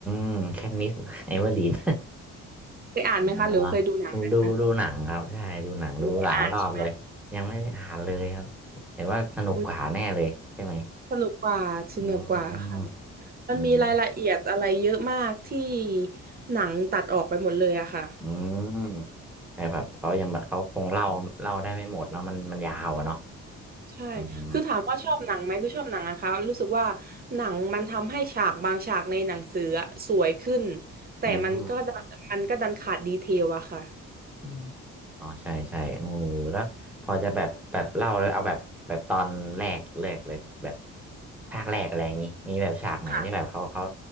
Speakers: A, in the centre; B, on the right.
A: มแคทนิสเอเวอร์ดีน
B: เคยอ่านไหมคะหรือว่าเคยดูหนังไหมคะ
A: อ่าดูดูหนังครับใช่ดูหนังดูหลายรอบเลยยังไม่ได้อ่านเลยครับแต่ว่าสนุกกว่าแน่เลยใช่ไหม
B: ไม่ได้อ่านใช่ไหมอุ๊ยสนุกกว่าสนุกกว่าค่ะ
A: อืม
B: มันมีรายละเอียดอะไรเยอะมากที่
A: อืม
B: หนังตัดออกไปหมดเลยอะค่ะ
A: อืมแต่แบบเขายังแบบเขาคงเล่าเล่าได้ไม่หมดเนาะมันมันยาวอะเนาะ
B: ใช่
A: อืม
B: คือถามว่าชอบหนังไหมคือชอบหนังนะคะ รู้สึกว่าหนังมันทำให้ฉากบางฉากในหนังสืออะสวยขึ้น แต่มันก็ดันมันก็ดันขาดดีเทลอะค่ะ
A: อืม อืมอ๋อใช่ใช่โอ้โหแล้วพอจะแบบแบบเล่าเลยเอาแบบแบบตอนแรกแรกเลยแบบภาคแรกอะไรอย่างนี้มีแบบฉากไหนที่แบบเขาเขา
B: ค่ะ